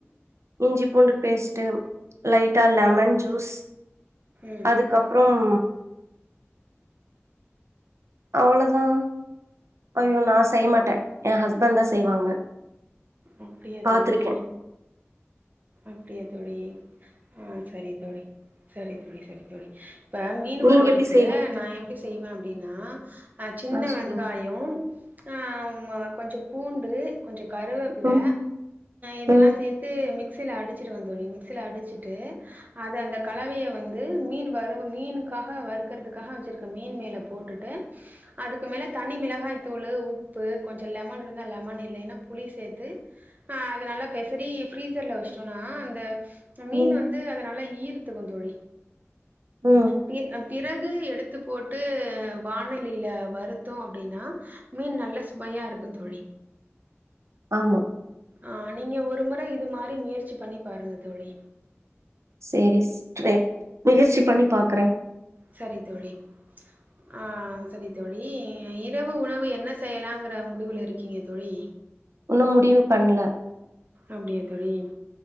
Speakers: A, on the right (about 80°); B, on the right (about 35°).
A: இஞ்சி பூண்டு பேஸ்ட்டு லைட்டா
B: ம்
A: லெமன் ஜூஸ்
B: ம்
A: அதுக்கப்றம் அவ்ளதா ஐயோ நா செய்ய மாட்ட என் ஹஸ்பண்ட் தா செய்வாங்க
B: அப்டியா
A: பாத்துருக்கே
B: தோழி அப்டியா தோழி ஆ சரி தோழி சரி தோழி சரி தோழி இப்ப மீன்வறுவலுக்கு
A: நீங்க எப்டி செய்வீங்க
B: நா எப்டி செய்வ அப்டின்னா அஹ் சின்ன
A: ஆ
B: வெங்காயோ
A: சொல்லுங்க
B: ஆஹ் கொஞ்சம் பூண்டு கொஞ்சம் கருவேப்பில
A: ம்
B: இதல்லா
A: ம்
B: சேத்து மிக்சில அடிச்சிடுவ தோழி மிக்சில அடிச்சிட்டு அது அந்த கலவய வந்து மீன் வறுவ மீனுக்காக வறுக்கதுக்காக வச்சிருக்க மீன் மேல போட்டுட்டு அதுக்கு மேல தனி மிளகாய் தூளு உப்பு கொஞ்சோ லெமன் இருந்தா லெமன் இல்லைன்னா புலி சேத்து அத நல்லா பெசரி ஃப்ரீசர் ல வச்சுட்டோன அந்த மீன்
A: ம்
B: வந் து அத நல்லா ஈர்த்துக்கு தோழி
A: ம்
B: பி பிறகு எடுத்து எடுத்துப்போட்டு வானலில வருத்தோ அப்டினா மீன் நல்ல சுவையா இருக்கு தோழி
A: ஆமா
B: ஆஹ் நீங்க ஒரு முற இது மாதிரி முயற்சி பண்ணி பாருங்க தோழி
A: செரி சிஸ் ட்ரைப் முயற்சி பண்ணி பாக்கறே
B: சரி தோழி ஆஹ் சரி தோழி இரவு உணவு என்ன செய்யலாங்கிற முடிவுல இருக்கீங்க தோழி
A: இன்னு முடிவு பண்ணல
B: அப்டியா தோழி